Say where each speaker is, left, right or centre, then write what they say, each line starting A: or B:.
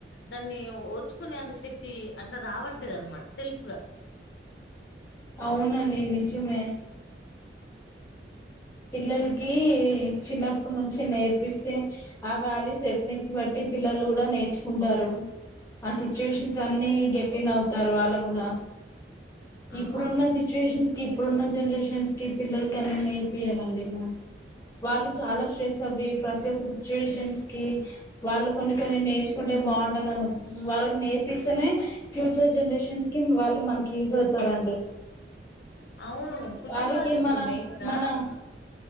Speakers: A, on the left; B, on the left.
A: దాన్ని ఓర్చుకునే అంత శక్తి అట్లా రావట్లేదు అనమాట సెల్ఫ్ గా
B: అవునండి నిజమే పిల్లలకి చిన్నప్ప నుంచి నేర్పిస్తే ఆ వ్యాలుస్ ఎథీక్స్ బట్టి పిల్లలు కూడా నేర్చుకుంటారు ఆ సిచ్యుయేషన్స్ అన్ని గా గెట్టిన్ అవుతరు వాళ్ళు కూడా
A: ఆ
B: ఇప్పుడున్న
A: ఆ
B: సిట్యువేషన్స్ ఇప్పుడున్న జనరేషన్స్ కి పిల్లల కనే ఏం ఇప్పియ్యమండి మనం వాళ్ళు చాలా స్ట్రెస్ అవి ప్రతి ఒక్క సిచ్యువేషన్స్ కి వాళ్ళు కొన్ని కొన్ని నేర్చుకుంటే బాగుంటంది వాళ్ళకి నేర్ పిస్తనే ఫ్యూచర్ జనరేషన్స్ కి వాళ్ళు మనకి యూజ్ అవుతారండి
A: అవును కుటుంబాలు
B: వాళ్ళకి
A: ఇప్పుడు
B: మన
A: మెయిన్గా
B: మన